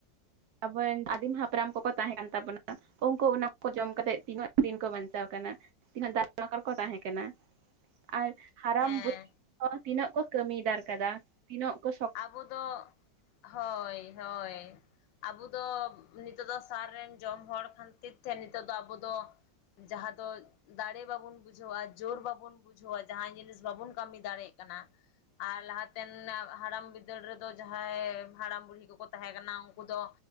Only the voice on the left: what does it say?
ᱦᱮᱸ
ᱟᱵᱚ ᱫᱚ ᱦᱳᱭ ᱦᱳᱭ ᱟᱵᱚ ᱫᱚ ᱱᱤᱛᱚᱜ ᱫᱚ ᱥᱟᱨ ᱨᱮᱱ ᱡᱚᱢ ᱦᱚᱲ ᱠᱷᱟᱹᱛᱤᱨ ᱛᱮ ᱱᱤᱛᱚᱜ ᱫᱚ ᱟᱵᱚ ᱫᱚ ᱡᱟᱦᱟᱸ ᱫᱚ ᱫᱟᱲᱮ ᱵᱟᱵᱚᱱ ᱵᱩᱡᱷᱟᱹᱣᱟ᱾ ᱡᱳᱨ ᱵᱟᱵᱚᱱ ᱵᱩᱡᱷᱟᱹᱣᱟ᱾ ᱡᱟᱦᱟᱸ ᱡᱤᱱᱤᱥ ᱵᱟᱵᱚᱱ ᱠᱟᱹᱢᱤ ᱫᱟᱲᱮᱭᱟᱜ ᱠᱟᱱᱟ᱾ ᱟᱨ ᱞᱟᱦᱟᱛᱮᱱ ᱦᱟᱲᱟᱢ ᱵᱤᱫᱟᱹᱞ ᱨᱮᱫᱚ ᱡᱟᱦᱟᱸᱭ ᱦᱟᱲᱟᱢ ᱵᱩᱲᱦᱤ ᱠᱚᱠᱚ ᱛᱟᱦᱮᱸ ᱠᱟᱱᱟ ᱩᱱᱠᱩ ᱫᱚ